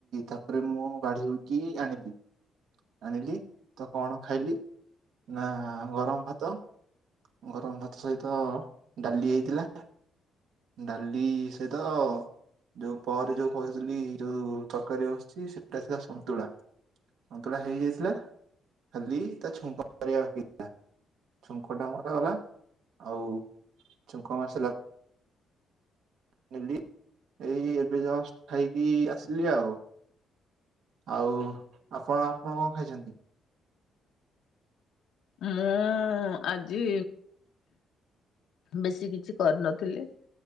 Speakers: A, on the right; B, on the left.
A: ତାପରେ ମୁଁ ଵାଢ଼ି ହେକି ଆଣିଲି ଆଣିଲି ତ କଣ ଖାଇଲି ନା ଗରମ ଭାତ ଗରମ ଭାତ ସହିତ ଡାଲି ହେଇଥିଲା। ଡାଲି ସହିତ ଯୋଉ ପରେ ଯୋଉ କହିଥିଲି ଯୋଉ ତରକାରୀ ବସିଛି ସେଟା ଥିଲା ସନ୍ତୁଳା। ସନ୍ତଳା ହେଇଯାଇଥିଲା ଖାଲି ତା ଛୁଙ୍କା କରିବା ବାକିଥିଲା। ଛୁଙ୍କ ଟା ମରା ହେଲା ଆଉ ଛୁଙ୍କ ମାରି ସାରିଲା ନେଲି ଏଇ ଏବେ ଯଷ୍ଟ ଖାଇକି ଆସିଲି ଆଉ। ଆଉ ଆପଣ ଆପଣ କଁ ଖାଇଛନ୍ତି।
B: ମୁଁ ଆଜି। ବେଶୀ କିଛି କରିନଥିଲି।